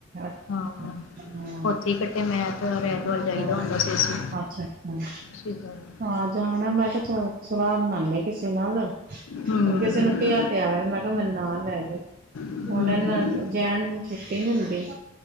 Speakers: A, on the right (about 45°); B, on the left (about 85°).
A: ਅੱਛਾ
B: ਹਾਂ
A: ਅੱਛਾ ਹਾਂ
B: ਉੱਥੇ ਹੀ ਕੱਟੇ ਮੈਂ ਤੇ ਐਤਵਾਰ
A: ਹਾਂ,
B: ਜਾਈਦਾ ਹੁੰਦਾ ਸੀ ਅਸੀਂ।
A: ਅੱਛਾ-ਅੱਛਾ,
B: ਸ਼ਹੀਦਾਂ ਦੇ।
A: ਹਾਂ ਜਾਣਾ ਮੈਂ ਕਿਹਾ ਥੋੜਾ ਸਲਾਹ ਬਣਾਂਦੇ ਕਿਸੇ ਨਾਲ, ਹੁਣ
B: ਹੂੰ,
A: ਕਿਸੇ ਨੂੰ ਕਿਹਾ ਤੇ ਆ ਮੈਂ ਕਿਹਾ ਮੈਨੂੰ ਨਾਲ ਲੈ ਜੀਂ,
B: ਹੂੰ,
A: ਹੁਣ ਇਹਨਾਂ,
B: ਹੂੰ।
A: ਜੈਂਟ ਨੂੰ ਛੁੱਟੀ ਨੀ ਹੁੰਦੀ,